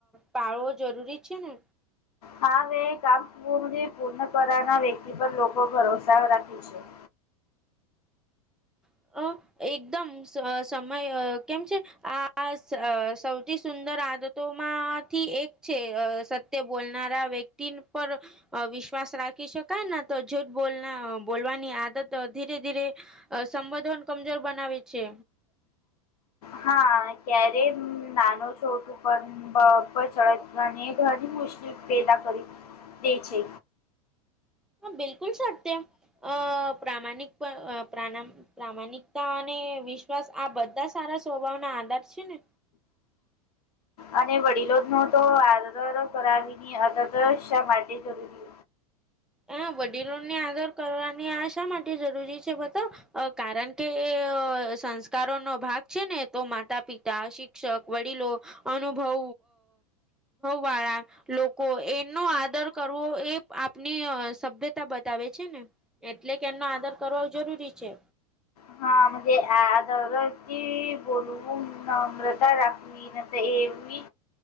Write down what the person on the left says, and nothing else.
હા મે કામ પૂણ પૂર્ણ કરવાના વ્યક્તિ પર લોકો ભરોસા રાખી છે.
હા ક્યારેય નાનો છોટું પણ ર ચળવાને ઘણી મુશ્કેલી પેદા કરી તે છે.
અને વડીલો નો તો આદર કરાવી અત શા માટે જરૂરી છે.
હા આદરથી બોલવું, નમ્રતા રાખવી એમની